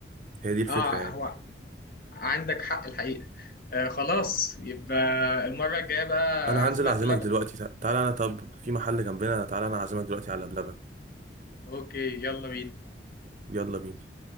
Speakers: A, on the right (about 40°); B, on the left (about 50°).
A: هي دي الفكره
B: اه
A: يعني
B: هو عندك حق الحقيقه آه خلاص يبقى المره الجايه بقى
A: انا
B: اعزمك
A: هنزل اعزمك
B: بلبن
A: دلوقتي تع- تعالى انا طب في محل جنبنا تعالى انا اعزمك دلوقتي على بلبن
B: اوكي يلا بينا
A: يلا بينا